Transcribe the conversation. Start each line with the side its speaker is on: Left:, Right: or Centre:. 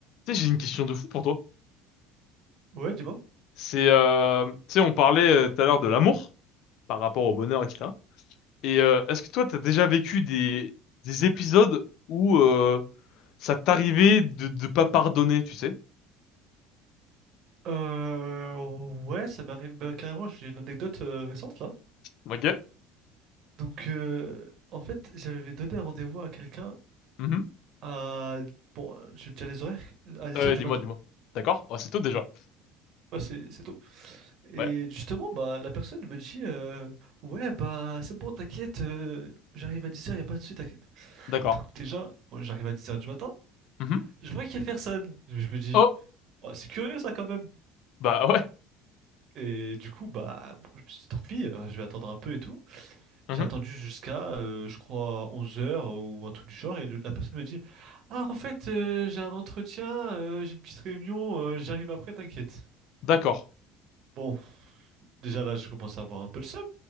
Left: Tu sais, j'ai une question de fou pour toi.
Right: Ouais, dis-moi.
Left: C'est, euh, tu sais, on parlait euh, tout à l'heure de l'amour par rapport au bonheur, etc. Et euh, est-ce que toi, t'as déjà vécu des, des épisodes où euh, ça t'arrivait de de pas pardonner, tu sais?
Right: Euh, ouais, ça m'arrive. bah, carrément, j'ai une anecdote euh, récente là.
Left: Ok.
Right: Donc, euh, en fait, j'avais donné un rendez-vous à quelqu'un
Left: Mhm.
Right: à. Bon, je vais te dire les horaires, à 10
Left: Ouais,
Right: heures du
Left: dis-moi,
Right: matin.
Left: dis-moi. D'accord. Oh, c'est tout déjà.
Right: Ouais, c'est c'est tôt. Et
Left: Ouais.
Right: justement, bah, la personne me dit euh, Ouais, bah, c'est bon, t'inquiète, euh, j'arrive à 10 heures y a pas de souci, t'inquiète.
Left: D'accord.
Right: Donc, déjà, moi, j'arrive à 10 heures du matin,
Left: Mhm.
Right: je vois qu'il y a personne. Je je me dis
Left: Oh,
Right: Oh, c'est curieux ça quand même.
Left: bah <laughs> ouais.
Right: Et du coup, bah, bon, je me suis dit Tant pis, euh, je vais attendre un peu et tout.
Left: Mhm.
Right: J'ai attendu jusqu'à, euh, je crois, onze heures ou un truc du genre, et le- la personne me dit, Ah, en fait, euh, j'ai un entretien, euh, j'ai une petite réunion, euh, j'arrive après, t'inquiète.
Left: D'accord.
Right: Bon, déjà là, je commence à avoir un peu le seum.